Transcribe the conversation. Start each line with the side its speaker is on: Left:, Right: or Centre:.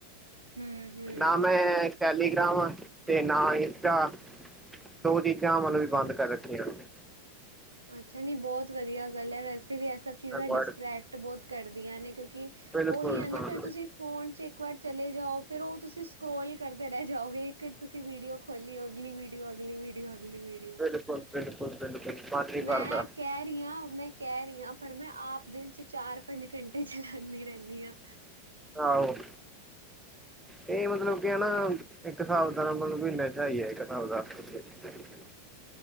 Right: ਹੂੰ-ਹੂੰ।
Centre: ਨਾ ਮੈਂ ਟੈਲੀਗ੍ਰਾਮ ਤੇ ਨਾ ਇੰਸਟਾ। ਸ ਉਹਦੀ ਚਾਹ ਮਤਲਬ ਵੀ ਬੰਦ
Right: ਅੱਛਾ।
Centre: ਕਰ ਰੱਖੀੀਆਂ <unintelligible>
Right: ਅੱਛਾ ਨੀ ਬਹੁਤ ਵਧੀਆ ਗੱਲ ਹੈ, ਵੈਸੇ ਵੀ ਇਹ ਸਭ ਚੀਜ਼ਾਂ
Centre: ਅਕਵਰਡ
Right: ਡਿਸਟਰ੍ਰੈਕਟ। ਬਹੁਤ ਕਰਦੀਆਂ ਨੇ ਕਿਉਂਕਿ
Centre: ਬਿਲਕੁਲ
Right: ਉਹੀ ਹੈ ਨਾ
Centre: ਹਾਂ
Right: ਫਿਰ ਤੁਸੀਂ ਫ਼ੋਨ 'ਚ ਇੱਕ ਵਾਰ ਚਲੇ ਜਾਓ ਫਿਰ ਉਹ ਤੁਸੀਂ ਸਕਰੋਲ ਕਰਦੇ ਰਹਿ ਜਾਓਗੇ, ਇਕ ਇੱਕ ਤੁਸੀਂ ਵੀਡੀਓ ਖੋਲੀ ਆਗਲੀ ਵ ਵੀਡੀਓ ਆਗਲੀ ਵ ਵੀਡੀਓ ਆਗ ਵ ਵੀਡੀਓ
Centre: ਬਿਲਕੁਲ ਬਿਲਕੁਲ ਬਿਲਕੁਲ ਮਨ ਨਹੀਂ
Right: ਮੈਂ
Centre: ਭਰਦਾ
Right: ਐ ਕਹਿ ਰਹੀ ਹਾਂ, ਮੈਂ ਕਹਿ ਰਹੀ ਹਾਂ, ਪਰ ਮੈਂ ਆਪ ਦਿਨ ਚ ਚਾਰ ਪੰਜ ਘੰਟੇ ਚਲਾਉਂਦੀ ਰਹਿੰਦੀ ਹਾਂ
Centre: ਆਹੋ, ਇਹ ਮਤਲਬ ਕੀ ਹੈ ਨਾ ਇੱਕ ਹਿਸਾਬ ਦਾ ਮਤਲਬ ਮਹੀਨੇ ਚ ਆ ਹੀ ਹੈ ਇੱਕ ਹਿਸਾਬ ਦ ਰੁਪ